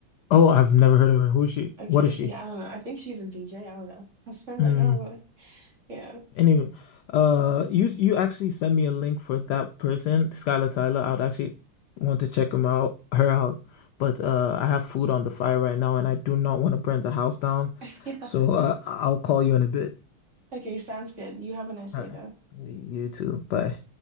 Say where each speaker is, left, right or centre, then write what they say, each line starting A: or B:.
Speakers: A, on the left (about 75°); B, on the right (about 35°).
A: oh, I've never heard of her. Who is she?
B: Okay,
A: What is she?
B: yeah, I don't know. I think she's a DJ. I don't know. <laughs> I'm like,
A: Mm.
B: oh, really? yeah,
A: Anyway, uh you you actually send me a link for that person, Skylar Tyler. I would actually want to check him out, her out. But uh I have food on the fire right now and I do not want to burn the house down.
B: <laughs> yeah.
A: So uh, I'll call you in a bit.
B: Okay, sounds good. You have a nice day,
A: All right.
B: though.
A: You too. Bye.